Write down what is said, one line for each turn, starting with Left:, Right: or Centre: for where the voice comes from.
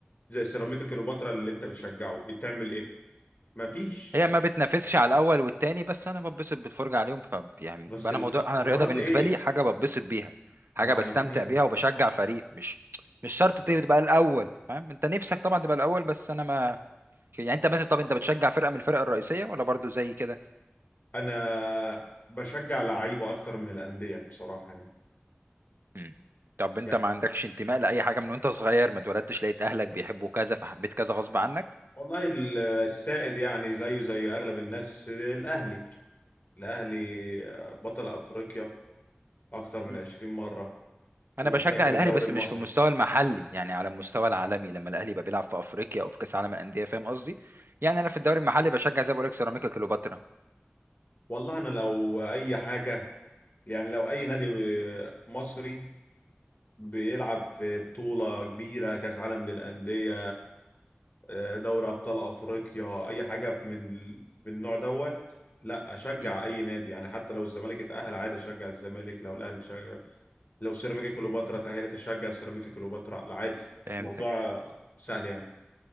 Left: زي سيراميكا كليوباترا اللي انت بتشجعه تعمل ايه مفيش
Right: هي ما بتنافسش على الاول والتاني بس انا ببسط بالفرجه عليهم ف يعني
Left: بس
Right: انا
Left: ال-
Right: موضوع
Left: الغرض
Right: انا الرياضه بالنسبه
Left: ايه
Right: لي حاجه ببسط بيها حاجه
Left: هم
Right: بستمتع
Left: عايزين ايه
Right: بيها وبشجع فريق مش مش شرط تبقى الاول فاهم انت نفسك طبعا تبقى الاول بس انا ما في يعني انت مثلا طب انت بتشجع فرقه من الفرق الرئيسيه ولا برضو زي كده
Left: انا بشجع لعيبه اكتر من الانديه بصراحه يعني
Right: مم. طب انت
Left: يعني
Right: ما عندكش انتماء لاي حاجه من وانت صغير ما اتولدتش لقيت اهلك بيحبوا كذا فحبيت كذا غصب عنك
Left: والله ال- السائد يعني زيه زي اغلب الناس الاهلي الأهلي بطل أفريقيا أكتر من
Right: مم.
Left: 20 مرة
Right: انا
Left: ومحتكر
Right: بشجع الاهلي
Left: الدوري
Right: بس
Left: المصري
Right: مش في المستوى المحلي يعني على المستوى العالمي لما الاهلي يبقى بيلعب في افريقيا او في كاس عالم الانديه فاهم قصدي يعني انا في الدوري المحلي بشجع زي ما بقول لك سيراميكا كليوباترا
Left: والله أنا لو أي حاجة يعني لو أي نادي آه، مصري بيلعب في بطولة كبيرة كأس عالم للأندية آه، دوري أبطال أفريقيا أي حاجة من من النوع دوت لا أشجع
Right: مم.
Left: أي نادي يعني حتى لو الزمالك اتأهل عادي أشجع الزمالك لو الأهلي تشجع لو سيراميكا كليوباترا اتأهلت أشجع سيراميكا كليوباترا عادي
Right: فهمتك
Left: الموضوع سهل يعني